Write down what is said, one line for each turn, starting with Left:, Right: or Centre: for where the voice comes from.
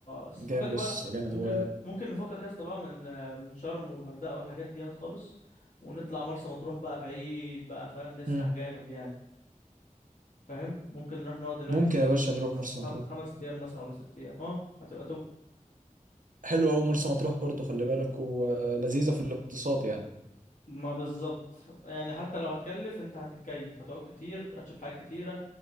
Left: بس
Right: جامد
Left: فكك بقى
Right: يس جامد
Left: ممكن
Right: و
Left: ممكن نفكك يا اسطى بقى من آه، من شرم والغردقة والحاجات دي هات خالص ونطلع مرسى مطروح بقى بعيد بقى فاهم نسرح
Right: مم.
Left: جامد يعني فاهم ممكن نروح نقعد هناك
Right: ممكن يا باشا نروح مرسى مطروح
Left: خم... خمس أيام مثلا ولا ست أيام اه هتبقى توب
Right: حلو قوي مرسى مطروح برضو خلي بالك ولذيذه في الاقتصاد يعني
Left: ما بالظبط يعني حتى لو هتكلف انت هتتكيف هتقعد كتير هتشوف حاجات كتيرة